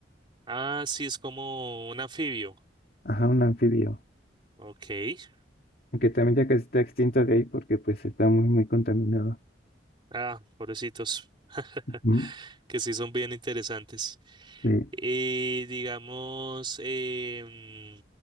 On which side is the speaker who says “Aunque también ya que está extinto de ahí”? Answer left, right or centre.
Left